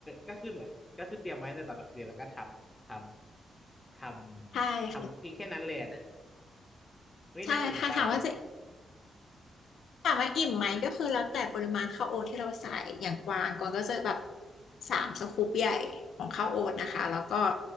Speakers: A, on the left; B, on the left.
A: ก็คือเหมือนก็คือเตรียมไว้ตั้งแต่ตอนกลางคืนแล้วก็ทำทำทำทำทิ้งแค่นั้นเลยอะนะ
B: ใช่ค่ะ
A: เฮ้ยน่าสนใจ
B: ใช่ค่ะถามว่าจะ ถามว่าอิ่มไหมก็คือแล้วแต่ปริมาณข้าวโอ๊ตที่เราใส่อย่างกวางกวางก็จะแบบสามสกู๊ปใหญ่ของข้าวโอ๊ตนะคะแล้วก็